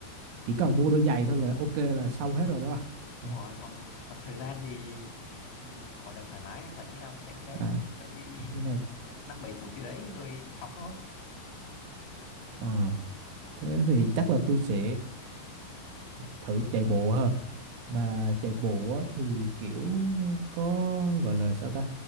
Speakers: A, on the right (about 80°); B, on the left (about 70°).
A: chỉ cần mua đôi giày thôi là ok là xong hết rồi đó.
B: đúng
A: Ừ,
B: rồi còn còn thời gian thì ừ, gọi là thoải mái rảnh khi nào mình chạy khi đấy
A: à,
B: chuẩn bị
A: làm cái này.
B: năm bảy phút gì đấy rồi phóng thôi
A: ờ. Thế thì chắc là tôi sẽ thử chạy bộ ha. Mà chạy bộ á, thì kiểu có gọi là sao ta?